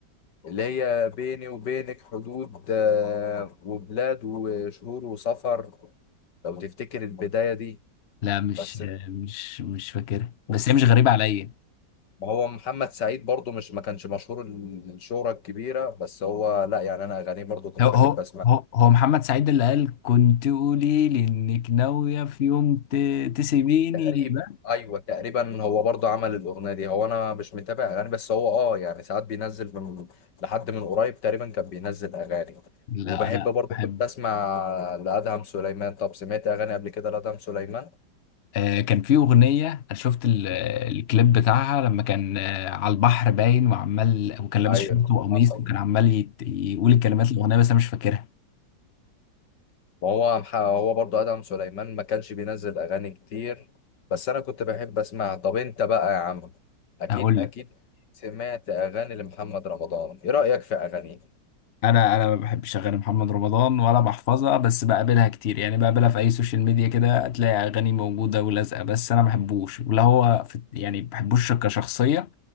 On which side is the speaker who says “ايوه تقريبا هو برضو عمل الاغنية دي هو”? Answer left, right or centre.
Left